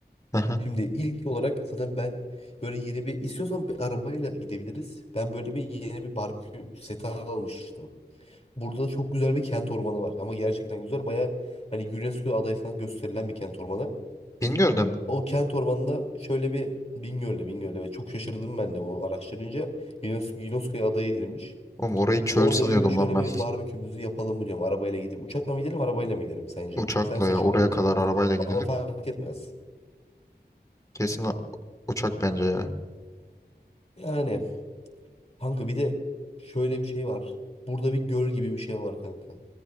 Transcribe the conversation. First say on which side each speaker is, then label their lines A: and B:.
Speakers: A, on the left; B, on the left.
A: Aha.
B: Şimdi ilk olarak zaten ben böyle yeni bir istiyorsan bir arabayla gidebiliriz. Ben böyle bir yeni bir barbekü seti almıştım. Burada da çok güzel bir kent ormanı var ama gerçekten güzel. Baya hani UNESCO adayı falan gösterilen bir kent ormanı.
A: Bingöl'de mi?
B: O kent ormanında şöyle bir Bingöl'le Bingöl'le ve çok şaşırdım ben de bunu araştırınca UNESCO, UNESCO'ya aday edilmiş.
A: Oğlum orayı çöl
B: Orada
A: sanıyordum
B: bir şöyle
A: lan ben.
B: bir barbekümüzü yapalım mı diyorum arabayla gidip. Uçakla mı gidelim arabayla mı gidelim sence?
A: <laughs> Uçakla
B: Sen seç
A: ya. Oraya
B: onu.
A: kadar arabayla gidilir
B: Bana fark
A: mi?
B: etmez.
A: Kesin a- uçak bence ya.
B: Yani Kanka bir de şöyle bir şey var. Burada bir göl gibi bir şey var kanka.